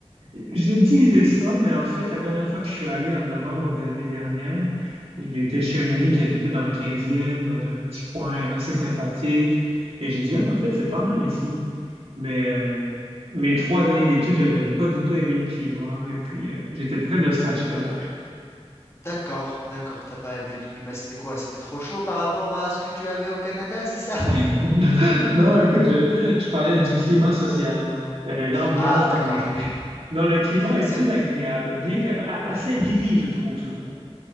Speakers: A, on the right; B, on the left.
A: Je disais ça, mais en fait, la dernière fois que je suis allé en novembre de l'année dernière, j'étais chez un ami qui habitait dans le 15e, dans un petit coin assez sympathique, et j'ai dit, ah, en fait, c'est pas mal ici. Mais euh, mes trois années d'études, j'avais pas du tout aimé le climat et puis euh, j'étais très nostalgique de Montréal.
B: D'accord, d'accord, t'as pas aimé le climat, c'était quoi? C'était trop chaud par rapport à ce que tu avais au Canada, c'est ça? <laughs>
A: <laughs> Non, écoute, je, je parlais du climat social, Euh, l'ambiance
B: Ah,
A: dans
B: d'accord.
A: les rues. Non, le climat est
B: C'est-
A: plus agréable, bien que a-
B: Ouais.
A: assez gris, je trouve souvent.